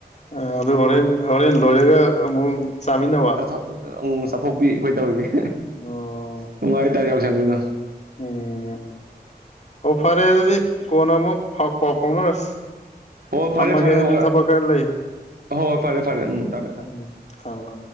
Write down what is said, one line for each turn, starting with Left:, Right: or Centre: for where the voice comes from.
Left: ꯑ ꯑꯗꯨ ꯍꯣꯔꯦꯟ ꯍꯣꯔꯦꯟ ꯂꯣꯏꯔꯒ ꯑꯃꯨꯛ ꯆꯥꯃꯤꯟꯅꯕ
Right: <unintelligible> <unintelligible> ꯆꯥꯊꯣꯛꯄꯤ ꯑꯩꯈꯣꯏ ꯇꯧꯔꯤꯁꯤ
Left: ꯑꯣ
Right: <unintelligible> <unintelligible> <unintelligible>
Left: ꯎꯝ ꯑꯣ ꯐꯔꯦ ꯑꯗꯨꯗꯤ ꯀꯣꯟꯅ ꯑꯃꯨꯛ ꯄꯥꯎ ꯐꯥꯎꯅꯔꯁꯤ
Right: ꯍꯣꯏ
Left: ꯊꯝꯃꯒꯦ
Right: ꯐꯔꯦ ꯐꯔꯦ
Left: ꯑꯩꯁꯨ
Right: ꯍ
Left: ꯊꯕꯛ ꯈꯔ ꯂꯩ
Right: ꯍꯣꯏ ꯐꯔꯦ ꯐꯔꯦ ꯊꯥꯃꯦ <unintelligible>
Left: ꯎꯝ ꯊꯝꯃꯣ ꯊꯝꯃꯣ